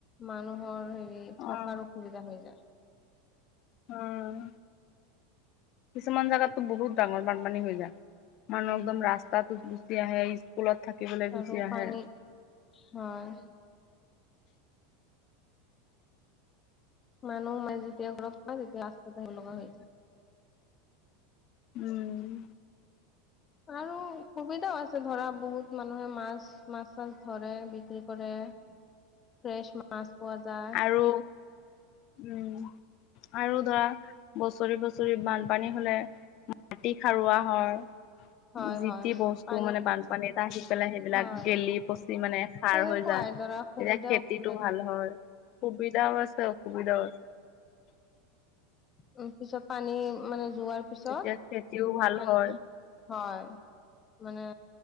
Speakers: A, on the left (about 25°); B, on the left (about 50°).
A: মানুহৰ হেৰি
B: অ',
A: থকাৰ অসুবিধা হৈ যায়।
B: উম কিছুমান জাগাতো বহুত ডাঙৰ বানপানী হৈ যায়। মানুহ একদম ৰাস্তাতচ গুছি আহে স্কুলত। থাকিবলৈ গুচি
A: আৰু পানী
B: আহে
A: হয়। মানুহ সোমাই যেতিয়া ঘৰত পা তেতিয়া ৰাস্তাত আহিব লগা হৈ যায়।
B: উম।
A: আৰু সুবিধাও আছে ধৰা বহুত মানুহে মাছ মাছ চাছ ধৰে বিক্ৰী কৰে ফ্ৰেছ মাছ পোৱা যায়।
B: আৰু উম আৰু ধৰা বছৰি-বছৰি বানপানী হলে মাটি খাৰুৱা হয়।
A: হয়
B: যি
A: হয়
B: তি বস্তু
A: পানী
B: মানে বানপানী এটা আহি পেলাই সেইবিলাক
A: হয়
B: গেলি-পচি মানে সাৰ
A: তেনেকুৱাই
B: হৈ এতিয়া
A: ধৰা সুবিধা
B: খেতিটো
A: অসুবিধা দুইটাই
B: ভাল হয়। সুবিধাও আছে, অসুবিধা <unintelligible>
A: উ পিছত পানী মানে যোৱাৰ পিছত
B: তেতিয়া খেতিও ভাল হয়
A: হয় মানে।